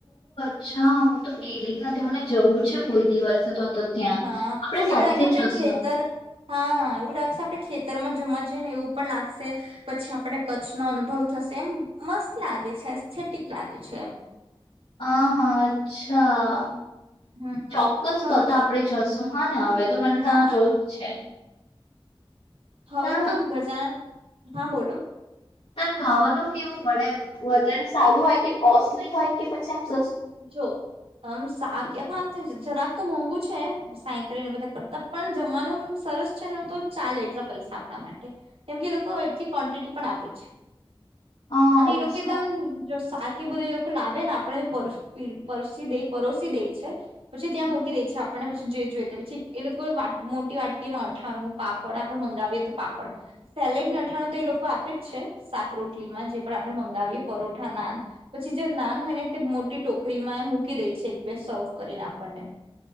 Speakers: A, on the left (about 80°); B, on the right (about 80°).
A: હા હું તો ગેલી જ નથી મને જવું છે કોઈ દિવસે તો. તો ત્યાં
B: હા
A: આપણે
B: એવી
A: સાથે
B: લાગે આપડે
A: જશું
B: ખેતર હા એવું લાગશે આપણે ખેતરમાં જમા જઈએ ને એવું પણ લાગશે પછી આપને કચ્છનો અનુભવ થશે એમ મસ્ત લાગે છે એસથેટિક લાગે છે એમ
A: હા હા અચ્છા
B: હમ
A: ચોક્કસ
B: હા
A: તો ત આપડે જશ હા ને હવે તો મને
B: હા
A: ત્યા જોવું જ છે.
B: હવે
A: ત્યાં
B: તો ગજાન હા બોલો
A: તા ખાવાનું કેવું મળે એમ વધતારે સારું હોય કે કોસ્ટલી હોય કે પછી એમ સસ
B: જો અમ શાક હાત જ જરાબ તો મોંઘું છે સાંયકને બધા કરતા પણ જમવાનું સરસ છે ને તો ચાલે એટલા પૈસા આપણા માટે કેમ કે લોકો એટલી ક્વોન્ટિટી પણ આપે છે.
A: હા
B: અને એ
A: અચ્છા
B: લોકોદમ કેદમ જો શાક કે બધું એ લોકો લાવેને આપણે પરી દે પરોશી દે છે પછી ત્યાં મૂકી દે છે આપણને પછી જે જોઈએ પછી એ લોકો મોટી વાટકીમાં અથાણું પાપડ આપણે મંગાવીએ તો પાપડ સેલેડ ને અથાણું તો એ લોકો આપે જ છે શાક રોટલીમાં જે પણ આપણે મંગાવીએ પરોઠા નાન પછી જો નાન હોય ને તે મોટી ટોક ક્રીમા એ મૂકી દે છે એક બેર સર્વ કરીને આપણને